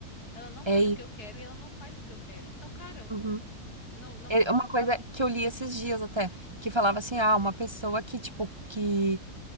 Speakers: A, on the left; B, on the right.
A: Ela não
B: É
A: tem o que eu quero e ela não faz o que eu quero. Então, cara,
B: Uhum.
A: não, não.
B: É Uma coisa que eu li esses dias até, que falava assim, ah, uma pessoa que, tipo, que